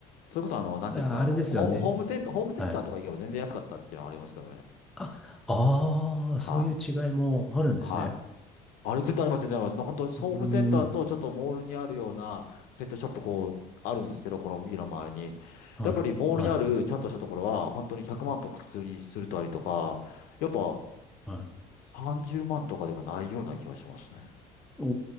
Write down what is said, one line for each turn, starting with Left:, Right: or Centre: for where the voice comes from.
Left: それこそ、あの、なんていうんですか、
Centre: だ、あれですよね。
Left: あの、ホーム、ホームセンター、ホームセンターとか行けば全然安かったっていうのはありますけどね。
Centre: はい。あ、ああ、
Left: は
Centre: そういう違いもあるんですね。
Left: い。はい。あれ、全然あります、全然あります。本当、ホームセンターとちょっとモールにあるようなペットショップ、
Centre: うーん。
Left: こう、あるんですけど、この家の周りに。
Centre: はい。
Left: やっぱりモールにあるちゃんとしたところは、
Centre: はい
Left: 本当に100万とか普通にするとありとか、やっぱ
Centre: はい。
Left: 30万とかでもないような気がしますね。
Centre: お